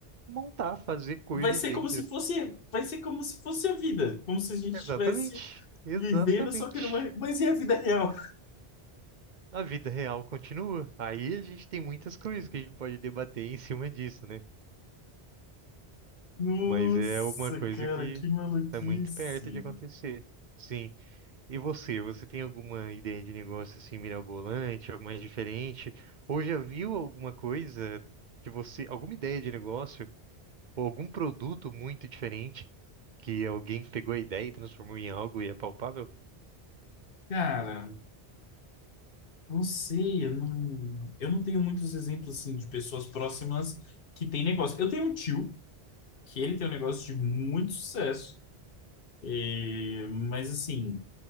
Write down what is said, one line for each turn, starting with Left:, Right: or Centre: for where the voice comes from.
Right: montar, fazer coisas
Left: Vai ser
Right: dentro.
Left: como se fosse, vai ser como se fosse a vida, como se a gente
Right: Exatamente.
Left: estivesse
Right: Exatamente.
Left: vivendo só que numa, mas e a vida real?
Right: A vida real continua. Aí a gente tem muitas coisas que a gente pode debater em cima disso, né?
Left: Nossa,
Right: Mas é uma coisa
Left: cara,
Right: que
Left: que maluquice.
Right: está muito perto de acontecer. Sim. E você, você tem alguma ideia de negócio assim mirabolante, algo mais diferente? Ou já viu alguma coisa que você, alguma ideia de negócio ou algum produto muito diferente que alguém pegou a ideia e transformou em algo e é palpável?
Left: Cara, Não sei, eu não, eu não tenho muitos exemplos assim de pessoas próximas que têm negócio. Eu tenho um tio que ele tem um negócio de muito sucesso, eh, mas assim.